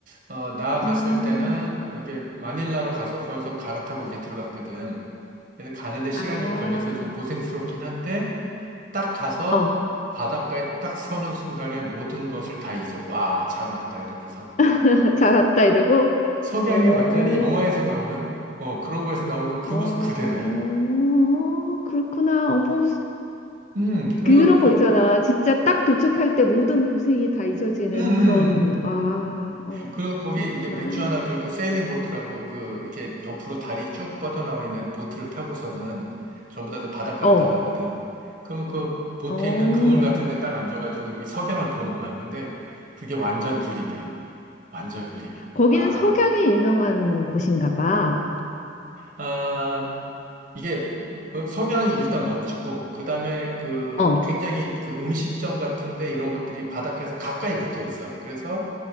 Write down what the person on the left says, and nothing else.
음,
아,
어.
<laughs> 잘 왔다 이러고.
어.
어,
그렇구나. 어, 뭐,
그런
거 있잖아. 진짜 딱 도착할 때 모든 고생이 다 잊어지는
그런, 아, 어,
그렇구나.
어,
어.
거기는
석양이 유명한 곳인가 봐.
어,